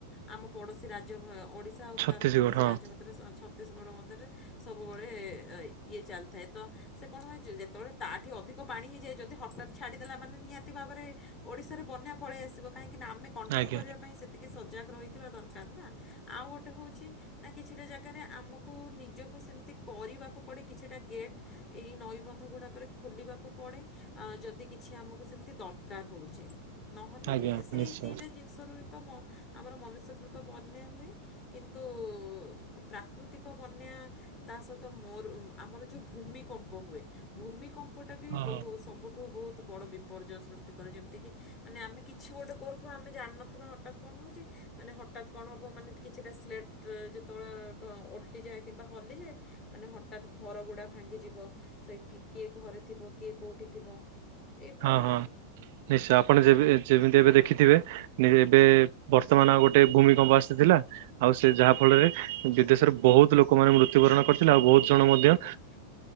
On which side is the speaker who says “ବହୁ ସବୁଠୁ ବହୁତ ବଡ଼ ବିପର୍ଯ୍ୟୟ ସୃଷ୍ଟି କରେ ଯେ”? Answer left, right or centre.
Left